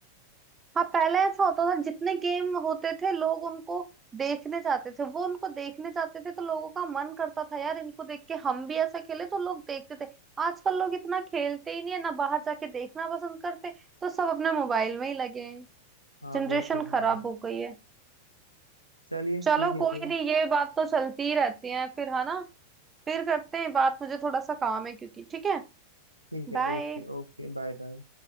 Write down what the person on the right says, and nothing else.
हाँ पहले ऐसा होता था जितने गेम होते थे लोग उनको देखने जाते थे वो उनको देखने जाते थे तो लोगों का मन करता था यार इनको देख के हम भी ऐसा खेले तो लोग देखते थे आजकल लोग इतना खेलते ही नहीं है ना बाहर जाके देखना पसंद करते तो सब अपने मोबाइल में ही लगे हैं
जनरेशन
खराब हो गई है
चलो
कोई
नहीं ये बात तो चलती ही रहती है फिर है ना फिर करते हैं बात मुझे थोड़ा सा काम है क्योंकि ठीक है
बाय